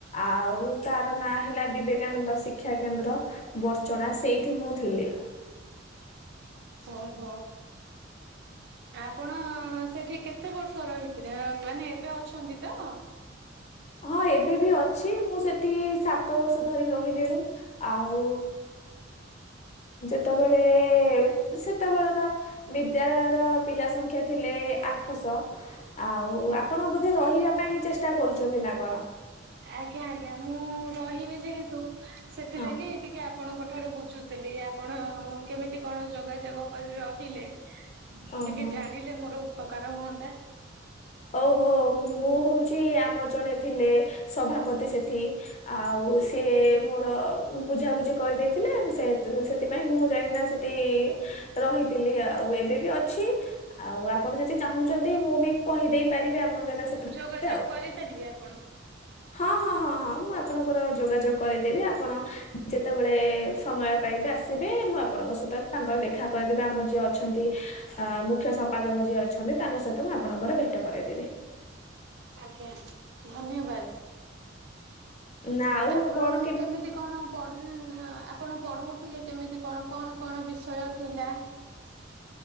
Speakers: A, on the left (about 35°); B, on the right (about 60°).
A: ଆଉ ଉ ତାର ନାଁ ହେଲା ବିବେକାନନ୍ଦ ଶିକ୍ଷା କେନ୍ଦ୍ର ବର୍ଚଣା ସେଇଠି ମୁଁ ଥିଲି।
B: ଓ ହୋ। ଆପଣ ସେଠି କେତେ ବର୍ଷ ରହିଥିଲେ ମାନେ ଏବେ ଅଛନ୍ତି ତ?
A: ହଁ ଏବେ ବି ଅଛି ମୁଁ ସେଠି ସାତ ବର୍ଷ ଧରି ରହିଲିଣି। ଆଉ ଯେତେବେଳେ ସେତେବେଳର ବି ଦ୍ୟାଳୟର ପିଲା ସଂଖ୍ୟା ଥିଲେ ଆଠଶହ ଆଉ
B: ଆଜ୍ଞା।
A: ଆପଣ ବୋ ରହିବା ପାଇଁ ଚେଷ୍ଟା କରୁଛନ୍ତି ନା କଣ?
B: ଆଜ୍ଞା ଆଜ୍ଞା ମୁଁ ରହିବି ଯେହେତୁ ସେଥିଲାଗି
A: ହଁ
B: ଟିକେ ଆପଣଙ୍କ ଠାରୁ ବୁଝୁଥିଲି ଆପଣ କେମିତି କଣ ଯୋଗାଯୋଗ କରି ରହିଲେ?
A: ଓହୋ
B: ଟିକେ ଜାଣିଲେ ମୋର ଉପକାର ହୁଅନ୍ତା।
A: ଓହୋ ମୁଁ ହଉଛି ଆମର ଜଣେ ଥିଲେ ସଭାପତି ସେଠି। ଆଉ ସିଏ ମୋର ବୁଝାବୁଝି କରିଦେଇଥିଲେ ଶେଥ ସେଥିପାଇଁ ମୁଁ ଯାଇକିନା ସେ ଟି ରହିଥିଲି ଆଉ ଏବେ ବି ଅଛି ଆଉ ଆପଣ ଯଦି ଚାହୁଁଛନ୍ତି ମୁଁ ବି କହିଦେଇ ପାରିବେ ଆପଣ କାଇଁକିନା ସେଠ
B: ଯୋଗାଯୋଗ
A: ଆଉ
B: କରିପାରିବେ ଆପଣ?
A: ହଁ ହଁ ହଁ ହଁ ମୁଁ ଆପଣଙ୍କର ଯୋଗାଯୋଗ କରିଦେବି ଆପଣ ଯେତେବେଳେ ସମୟ ପାଇବେ ଆସିବେ ମୁଁ ଆପଣଙ୍କ ସହିତ ତାଙ୍କର ଦେଖା କରିଦେବେ ଆମର ଯିଏ ଅଛନ୍ତି ଅ ମୁଖ୍ୟ ସମ୍ପାଦକ ଯିଏ ଅଛନ୍ତି ତାଙ୍କ ସହିତ ଆପଣଙ୍କର ଭେଟ କରାଇଦେବି।
B: ଆଜ୍ଞା ଧନ୍ୟବାଦ
A: ନା ଆଉ
B: ଆପଣ
A: କଣ
B: କେମିତି କଣ? ପଢନ ଆପଣ ପଢ଼ଉଥିଲେ କେମିତି କଣ କଣ କଣ ବିଷୟ ଥିଲା ପ? <unintelligible>